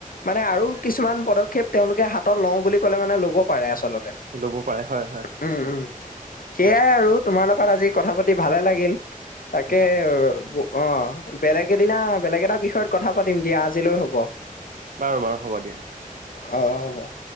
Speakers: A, on the left; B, on the right.
A: মানে আৰু কিছুমান প পদক্ষপ তেওঁলোকে হাতত লওঁ বুলি ক'লে মানে ল'ব পাৰে আ উম
B: ল'ব পাৰে হয় হয়
A: উম সেইয়াই
B: কথা কৈছা
A: আৰু তোমাৰ লগত আজি কথা পাতি ভালে লাগিল তাকে
B: বাৰু
A: অঁ বেলেগ এদিনা বেলেগ এটা বিষয়ত কথা পাতিম দিয়া আজিলৈ হব
B: বাৰু বাৰু হ'ব দিয়া-
A: আহঁ হব হব-